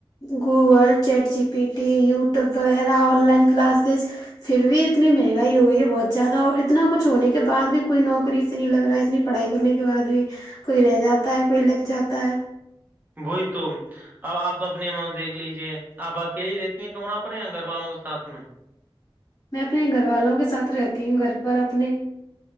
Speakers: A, on the left; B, on the right.
A: Google chat G P T YouTube وغیرہ آن لائن کلاسز پھر بھی اتنی مہنگائی ہو گئی ہے بہت زیادہ اور اتنا کچھ ہونے کے بع بھی کوئی نوکری سے لگ رہا ہے اتنی پڑھائی کرنے کے بعد بھی کوئی رہ جاتا ہے کوئی لگ جاتا ہے
B: وہئی تو اب آپ اپنے دیکھ لیجے آپ اکیلی ہی رہتی ہیں کمرہ پر یا گھر والوں کے ساتھ میں
A: میں اپنے گھر والوں کے ساتھ رہتی ہوں گھر پر اپنے